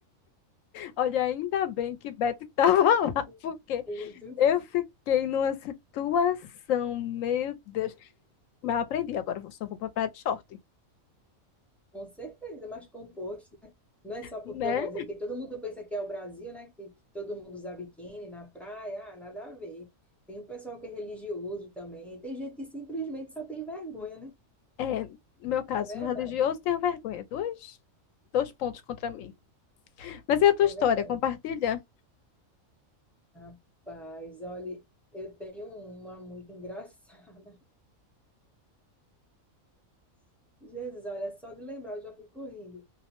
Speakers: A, on the left (about 75°); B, in the centre.
A: Olha, ainda bem que Beth estava <laughs> lá,
B: Meu
A: porque
B: Deus do
A: eu
B: céu.
A: fiquei numa situação, meu Deus. Mas eu aprendi, agora eu só vou pra praia de short.
B: Com certeza, mas composto, né? Não é só porque
A: Né?
B: é o Brasil, porque todo mundo pensa que é o Brasil, né? Que, que todo mundo usa biquíni na praia, ah, nada a ver. Tem o pessoal que é religioso também. Tem gente que simplesmente só tem vergonha, né?
A: É, no meu caso,
B: É verdade,
A: religioso, tenho vergonha. Dois, dois pontos contra mim. Mas e a tua
B: é
A: história?
B: verdade.
A: Compartilha.
B: Rapaz, olha, eu tenho uma muito engraçada. <laughs> Jesus, olha, só de lembrar eu já fico rindo.